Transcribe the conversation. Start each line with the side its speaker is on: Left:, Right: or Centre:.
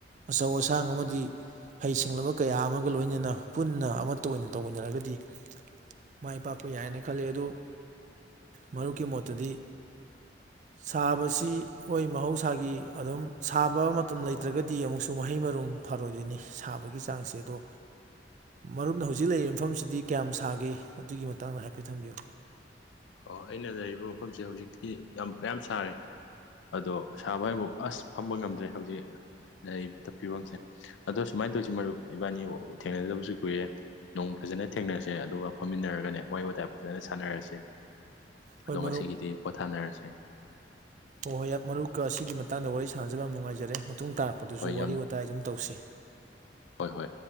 Right: ꯑꯆꯧ ꯑꯁꯥꯡ ꯑꯃꯗꯤ ꯍꯩ ꯁꯤꯡꯡꯂꯕ ꯀꯌꯥ ꯑꯃꯒ ꯂꯣꯏꯅꯅ ꯄꯨꯟꯅ ꯑꯃꯠꯇ ꯑꯣꯏꯅ ꯇꯧꯃꯤꯟꯅꯔꯒꯗꯤ ꯃꯥꯏ ꯄꯥꯛꯄ ꯌꯥꯏꯌꯦꯅ ꯈꯜꯂꯤ ꯑꯗꯨ ꯃꯔꯨꯞꯀꯤ ꯃꯣꯠꯇꯗꯤ ꯁꯥꯕꯁꯤ ꯍꯣꯏ ꯃꯍꯧꯁꯥꯒꯤ ꯑꯗꯨꯝ ꯁꯥꯕ ꯃꯇꯝ ꯂꯩꯇ꯭ꯔꯒꯗꯤ ꯑꯃꯨꯛꯁꯨ ꯃꯍꯩ ꯃꯔꯣꯡ ꯐꯔꯣꯏꯗꯅꯤ ꯁꯥꯕꯒꯤ ꯆꯥꯡꯁꯦ ꯑꯗꯣ ꯃꯔꯝꯅ ꯍꯧꯖꯤꯛ ꯂꯩꯔꯤꯕ ꯃꯐꯝꯁꯤꯗꯤ ꯀꯌꯥꯝ ꯁꯥꯒꯦ ꯑꯗꯨꯒꯤ ꯃꯇꯥꯡꯗ ꯍꯥꯏꯐꯦꯠ ꯊꯝꯕꯤꯌꯨ
Left: ꯑꯣ ꯑꯩꯅ ꯂꯩꯔꯤꯕ ꯃꯐꯝꯁꯦ ꯍꯧꯖꯤꯛꯇꯤ ꯌꯥꯝ ꯃꯌꯥꯝ ꯁꯥꯔꯦ ꯑꯗꯣ ꯁꯥꯕ ꯍꯥꯏꯕꯨ ꯑꯁ ꯐꯝꯕ ꯉꯝꯗ꯭ꯔꯦ ꯍꯧꯖꯤꯛ ꯂꯩꯔꯤꯕ ꯐꯤꯕꯝꯁꯦ ꯑꯗꯣ ꯁꯨꯃꯥꯏꯅ ꯇꯧꯁꯤ ꯃꯔꯨꯞ ꯏꯕꯥꯅꯤꯕꯨ ꯊꯦꯡꯅꯗꯕꯁꯨ ꯀꯨꯏꯔꯦ ꯅꯣꯡ ꯐꯖꯅ ꯊꯦꯡꯅꯔꯁꯦ ꯑꯗꯨꯒ ꯐꯝꯃꯤꯟꯅꯔꯒꯅꯦ ꯋꯥꯔꯤꯍ ꯋꯥꯇꯥꯏ ꯐꯖꯅ ꯁꯥꯟꯅꯔꯁꯦ
Right: ꯍꯣꯏ
Left: ꯑꯗꯣ
Right: ꯃꯔꯨꯞ
Left: ꯉꯁꯤꯒꯤꯗꯤ ꯄꯣꯊꯥꯅꯔꯁꯦ
Right: ꯍꯣꯏ ꯍꯣꯏ ꯃꯔꯨꯞꯀ ꯑꯁꯤꯒꯤ ꯃꯇꯥꯡꯗ ꯋꯥꯔꯤ ꯁꯥꯟꯅꯖꯕ ꯌꯥꯝ ꯅꯨꯡꯉꯥꯏꯖꯔꯦ ꯃꯇꯨꯡ ꯇꯥꯔꯛꯄꯗꯁꯨ
Left: ꯍꯣꯏ ꯌꯥꯝ
Right: ꯋꯥꯔꯤ ꯋꯥꯋꯇꯥꯏ ꯑꯗꯨꯝ ꯇꯧꯁꯤ
Left: ꯍꯣꯏ ꯍꯣꯏ